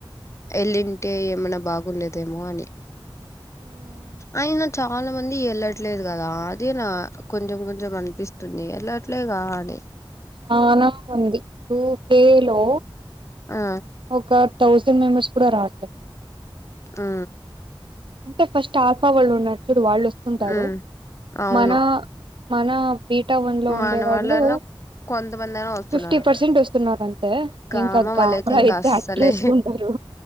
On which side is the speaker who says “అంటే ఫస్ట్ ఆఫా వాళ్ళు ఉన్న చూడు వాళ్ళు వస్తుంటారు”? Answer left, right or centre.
Right